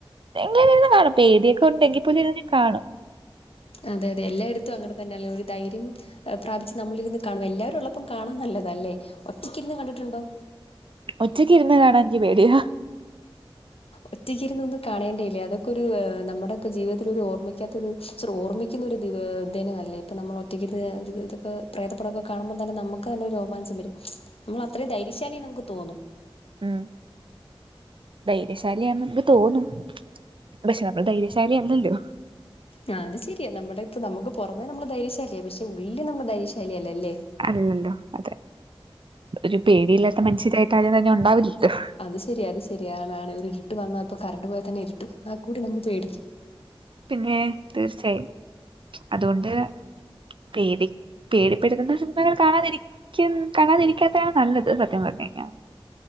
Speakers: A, on the right; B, on the left.
A: ഇങ്ങനെ ഇരുന്ന് കാണും പേടിയൊക്കെ ഉണ്ടെങ്കിൽ പോലും ഇരുന്ന് കാണും.
B: അതെ അതെ എല്ലായിടത്തും അങ്ങനെ തന്നെയല്ലെ ഒരു ധൈര്യം. ർ പ്രാപിച്ച് നമ്മളിരുന്ന് കാണും എല്ലാവരും ഉള്ളപ്പം കാണാൻ നല്ലതല്ലേ ഒറ്റക്ക് ഇരുന്ന് കണ്ടിട്ടുണ്ടോ.
A: ഒറ്റക്ക് ഇരുന്ന് കാണാൻ എനിക്ക് പേടിയ.
B: ഒറ്റക്കിരുന്നൊന്നു കാണേണ്ടേയില്ലേ അതൊക്കെ ഒരു നമ്മുടെ ഇപ്പോ ജീവിതത്തിൽ ഒരു ഓർമ്മിക്കാത്തൊരു. ചെറു ഓർമ്മിക്കുന്ന ഒരു ദിവ ദിനമല്ലേ ഇപ്പം നമ്മൾ ഒറ്റക്ക്ത് ഇതൊക്കെ പ്രേതപ്പടമൊക്കെ കാണുമ്പോൾ തന്നെ നമു ക്കന്നെ രോമാഞ്ചം വരും നമ്മളത്ര ധൈര്യശാലി നമുക്ക് തോന്നും.
A: ഉം ധൈര്യശാലിയാണ് നമുക്ക് തോന്നും പക്ഷെ നമ്മൾ ധൈര്യശാലി അല്ലല്ലോ.
B: ആ അത് ശരിയാ നമ്മുടെ ഇപ്പൊ നമുക്ക് പുറമേ നമ്മുടെ ധൈര്യശാലി പക്ഷെ ഉള്ളി നമ്മുടെ ധൈര്യശാലിയല്ലല്ലേ.
A: അല്ലല്ലോ അതെ ഒരു പേടിയില്ലാത്ത മനുഷ്യരായിട്ട് ആരും തന്നെ ഉണ്ടാവില്ലല്ലോ.
B: അത് ശരിയാ അത് ശരിയാണ് ആണ് ആണ് ഒരിരിട്ട് വന്നാൽ ഇപ്പോ കറണ്ട് പോയാൽ തന്നെ ഇരിട്ട് വന്നാൽ കൂടി നമ്മൾ പേടിക്കും.
A: പിന്നെ തീർച്ചയായും അതുകൊണ്ട്. പേടി പേടിപ്പെടുത്തുന്ന സിനിമകള് കാണാ ക്ക്യും കാണാതിരിക്കാത്താണ് നല്ലത് സത്യം പറഞ്ഞ് കഴിഞ്ഞ.